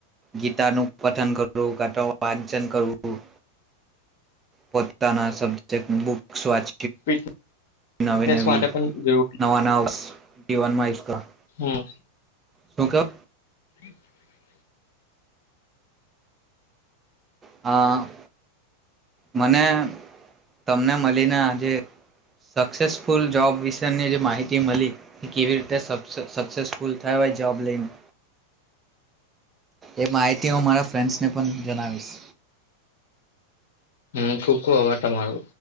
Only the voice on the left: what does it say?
<unintelligible>
માટે પણ જરૂરી
હમ્મ.
<inaudible>
હમ્મ ખોખું આભાર તમારો.